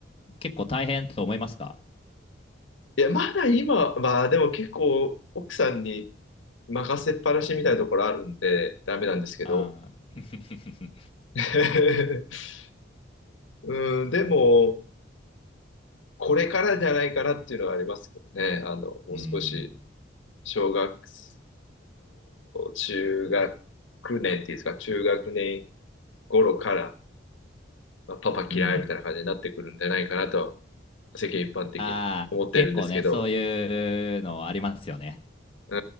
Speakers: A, on the left; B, on the left.
A: 結構大変と思いますか
B: いや、まだ今、まあでも結構奥さんに任せっぱなしみたいなところあるんで、ダメなんですけど。
A: ああー。
B: <laughs> うん、でも、これからじゃないかなっていうのはありますけどね。あの、
A: <laughs>
B: もう少し、
A: うん。
B: 小学生、中学年っていうんですか、中学年頃から、まあパパ嫌いみたいな感じになってくるんじゃないかなと、
A: うん。
B: 世間一般的に思ってるんですけど、
A: ああ、結構ね、そういうのありますよね。
B: う